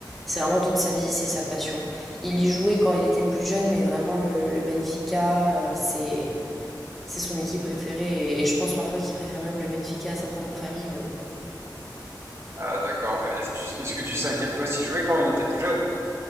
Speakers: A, in the centre; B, on the right.
A: c'est vraiment toute sa vie, c'est sa passion. Il y jouait quand il était plus jeune, mais vraiment le, le Benfica, euh, c'est c'est son équipe préférée et, et je pense parfois qu'il préfère même le Benfica à sa propre famille, mais bon.
B: Ah, d'accord. Est-ce que tu- est-ce que tu sais à quel poste il jouait quand il était plus jeune